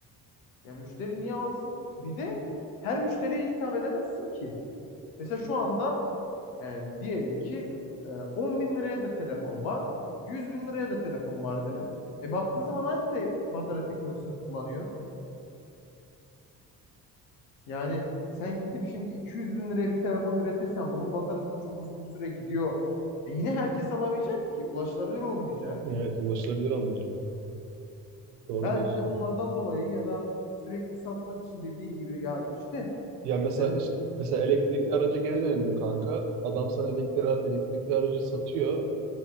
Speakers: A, on the left (about 65°); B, on the right (about 70°).
A: Ya müşteri niye alsın? Bir de her müşteriye hitap edemezsin ki. Mesela şu anda e, diyelim ki e, 10 bin liraya da telefon var. 100 bin liraya da telefon var değil mi? E baktığın zaman aynı te- batarya teknolojisini kullanıyor. Yani sen gidip şimdi 200 bin liraya bir telefon üretirsen bunun bataryası da çok uzun süre gidiyor. E yine herkes alamayacak ki. Ulaşılabilir olmayacak.
B: Evet. Ulaşılabilir olmayacak. Doğru
A: Belki
B: diyorsun.
A: de bunlardan dolayı ya da sürekli satmak için dediğin gibi ya işte
B: Ya mesela
A: yani
B: mesela elektrikli araca geri dönelim kanka. Adam sana elektrikli, elektrikli aracı satıyor.